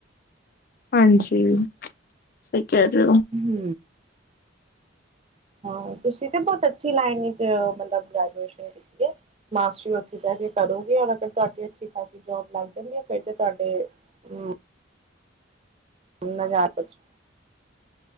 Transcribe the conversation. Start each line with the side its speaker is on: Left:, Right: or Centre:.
Left: ਹਾਂਜੀ ਸਈ ਕੈ ਰਏ ਓ।
Right: ਹੂੰ
Left: <inaudible>
Right: ਹਾਂ ਤੁਸੀ ਤੇ ਬੋਤ ਅੱਛੀ ਲਾਈਨ ਵਿਚ ਮਤਲਬ ਗ੍ਰੈਜੂਏਸ਼ਨ ਕੀਤੀ ਐ। ਮਾਸਟਰੀ ਓਥੇ ਜਾ ਕੇ ਕਰੋਗੇ ਔਰ ਅਗਰ ਫੇਰ ਤੁਆਡੀ ਅੱਛੀ ਖਾਸੀ ਜੋਬ ਲਗ ਜਾਦੀ ਐ ਫਿਰ ਤੇ ਤੁਆਡੇ ਹੂੰ ਹੁਨ ਨਾ ਜਾ ਏ ਕੁਛ।